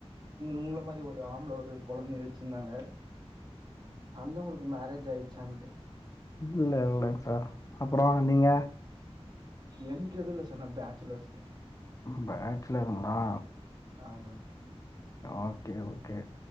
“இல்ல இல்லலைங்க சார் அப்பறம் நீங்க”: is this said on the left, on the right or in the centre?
Left